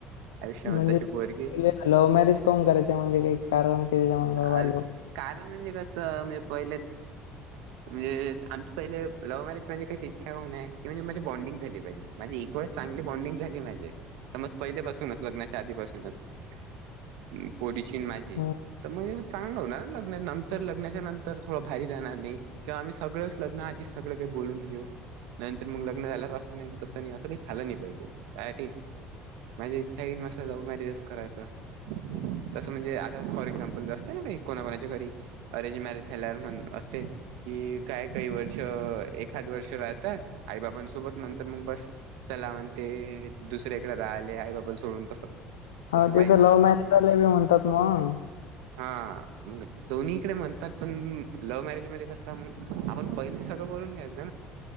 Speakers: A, on the right; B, on the left.
A: आयुष्या मद्ये
B: म्हणजे
A: तशी पोरगी.
B: तुले लव्ह मॅरेज कोण करायच्या म्हणजे काही कारण <inaudible>
A: अस कारण म्हणजे कसं म्हणजे पहिलंच.
B: <inaudible>
A: म्हणजे आमची पहिले लव्ह मॅरेज माझे कशी इच्छा होऊय की म्हणजे माझी बोंडींग झाली पाहिजे. माणझे इकडेच चांगली बॉन्डिंग झाली माझे समज पहिले पाासूनच लग्नाच्या आधीपासूनच. <unintelligible> माझी
B: हं,
A: तर मगेग चांगलं हो ना लग्ना नंतर लग्नाच्या नंतर थोडं भारी जाणार नाइ. तेंव्हा आम्ही सगळं लग्न आधीच सगळं काही बोलून घेऊ. नंतर मग लग्न झाले असं नाही तसं नाही असं काही झालं नाही पाहिजे त्यासाठी. इच्छा आहे की मस्ं लव्ह मॅरेजच करायचं तसं असं म्हणजे अस फॉर एक्झामपल. असते ना का कोणा कोणाच्या घरी अरेंज मॅरेज झाल्यावर म्हण असते. कि काय काही वर्ष एखाद वर्ष राहतात आई बाबांसोबत नंतर मग बस. मला म्हणते ते दुसर्याकडें राहिले आई बाबाला सोडून तसं.
B: ह
A: तसं
B: त्याच
A: पाहिजे
B: लव्ह मॅरेज झालंय बी म्हणतात मग.
A: हा दोंनी इकडे मग म्हणतात पण मॅरेज मध्ये कसंग आपण पहिलेच सगळं बोलून घ्याच.